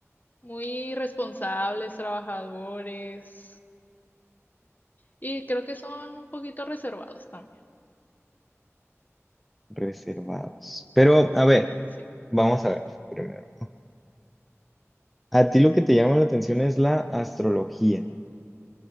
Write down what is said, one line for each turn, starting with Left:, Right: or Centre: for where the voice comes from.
Left: muy responsables, trabajadores y creo que son un poquito reservados también.
Centre: reservados. Pero, a ver,
Left: Sí,
Centre: vamos a ver primero. A ti lo que te llama la atención es la astrología.